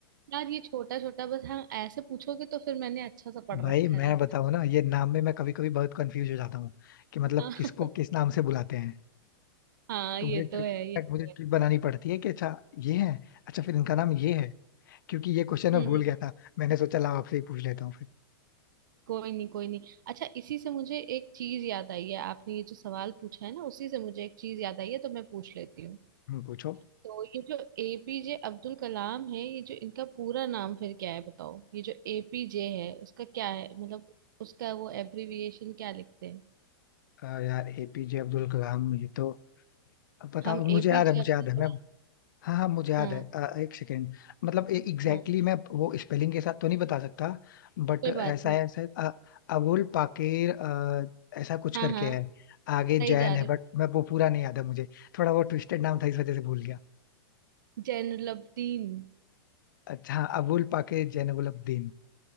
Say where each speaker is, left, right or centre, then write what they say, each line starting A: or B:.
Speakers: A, on the right; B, on the left.
A: यार ये छोटा छोटा बस हाँ ऐसे पूछोगे तो फिर मैंने अच्छा सा पढ़
B: भाई
A: रखा
B: मैं
A: है
B: बताऊं ना ये नाम में मैं कभी कभी बहुत कंफ्यूज हो जाता हूँ कि मतलब
A: <laughs>
B: किसको किस नाम से बुलाते हैं
A: हाँ
B: तो
A: ये
B: मुझे ट्रिक
A: तो है
B: इनफैक्ट
A: ये तो
B: मुझे ट्रिक
A: है
B: बनानी पड़ती है कि अच्छा ये है अच्छा फिर इनका नाम ये है क्योंकि ये क्वेश्चन मैं
A: हम्म
B: भूल गया था मैंने सोचा लाओ आपसे ही पूछ लेता हूँ फिर
A: कोई नहीं कोई नहीं अच्छा इसी से मुझे एक चीज याद आई है आपने ये जो सवाल पूछा है ना उसी से मुझे एक चीज याद आई है तो मैं पूछ लेती हूँ
B: हम्म, पूछो
A: तो ये जो एपीजे अब्दुल कलाम है ये जो इनका पूरा नाम फिर क्या है बताओ ये जो एपीजे है उसका क्या है मतलब उसका वो एब्रिविएशन क्या लिखते हैं
B: अ, यार एपीजे अब्दुल कलाम ये तो पता
A: हम
B: मुझे
A: एपीजे
B: याद है मुझे
A: अब्दुल
B: याद है मैं
A: कलाम
B: हाँ हाँ मुझे याद
A: हाँ
B: है अ, एक सेकेंड मतलब एग्जैक्टली
A: हाँ
B: exactly मैं वो स्पेलिंग के साथ तो नहीं बता सकता बट
A: कोई
B: ऐसा
A: बात नहीं
B: है ऐसा है, अ, अबुल पाकिर अ, ऐसा कुछ करके
A: हाँ हाँ
B: है आगे
A: सही
B: जैन
A: जा रहे
B: है बट
A: हो
B: मैं वो पूरा नहीं याद है मुझे थोड़ा वो ट्विस्टेड नाम था इस वजह से भूल गया
A: जैनुलब्दीन
B: अच्छा हाँ, अबुल पाकिर जैनबुल अब्दीन।